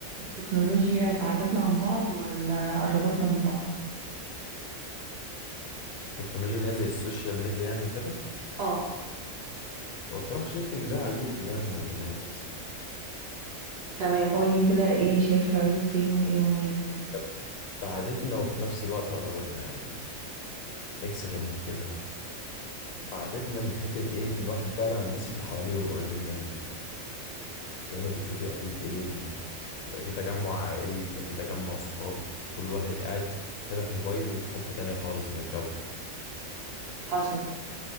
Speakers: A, on the right; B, on the left.
A: التكنولوجيا بعدتنا عن بعض ولا قربتنا من بعض؟
B: التكنولوجيا اللي هي زي السوشيال ميديا يعني وكده
A: اه
B: وبصراحة شايف ان لها عيوب ولها مميزات
A: تمام
B: يعني
A: قولي كده ايه شايف العيوب فين وايه المميزات؟
B: هي بعدتنا وفي نفس الوقت قربتنا يعني ميكس غريب كده بعدتنا من حتة ايه ان الواحد بعد عن الناس اللي حواليه والقريبين منه زي ما بتشوفي اكيد ايه ال... يبقى في تجمع عائلي يبقى في تجمع صحاب كل واحد قاعد فاتح موبايله في حتة تانية خالص من الكوكب
A: حصل